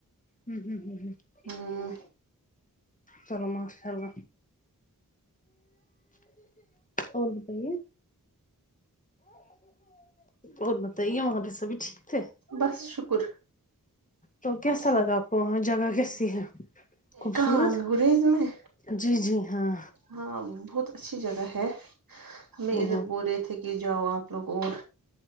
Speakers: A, on the left; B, on the right.
A: ہ ہ ہ ہ
B: ہمم
A: چلو ماشاء اللہ اور بتائیے اور بتائیے وہاں پہ سبھی ٹھیک تھے
B: بس شکر
A: تو کیسا
B: س
A: لگا وہاں جگہ کیسی ہے خوبصورت
B: کہاں گریز میں
A: جی جی ہاں
B: ہاں بہت اچھی جگہ ہے ہمیں
A: ہ
B: ادھر
A: ہ
B: ب رہے تھ تھے کہ جاؤ آپ لوگ اور